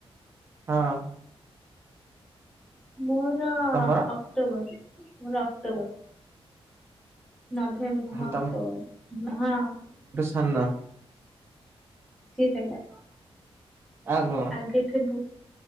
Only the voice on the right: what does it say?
ହଁ।
ତମର
ତାହେଲେ
ହା ନା।
ଆଉ କଣ?